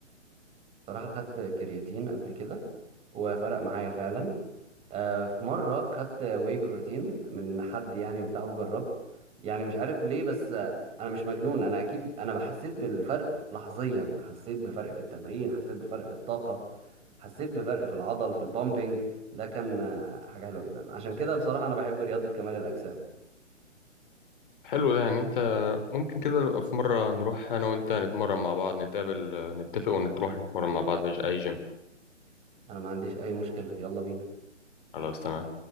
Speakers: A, on the right (about 15°); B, on the left (about 45°).
A: صراحة خدت كرياتين قبل كده وفرق معايا فعلا آه، في مرة خدت واي بروتين من حد يعني وبتاع وجربت يعني مش عارف ليه بس آه، انا مش مجنون انا اكيد انا حسيت بالفرق لحظيا حسيت بفرق في التمرين حسيت بفرق في الطاقة حسيت بفرق في العضل في البامبينج ده كان آه، حاجة حلوة جدا عشان كده بصراحة انا بحب رياضة كمال الأجسام
B: حلو ده يعني انت ممكن كده في مرة نروح انا وانت نتمرن مع بعض نتقابل آه، نتفق ونروح نتمرن مع بعض في اي جيم
A: انا ما عنديش اي مشكلة يلا بينا
B: خلاص تمام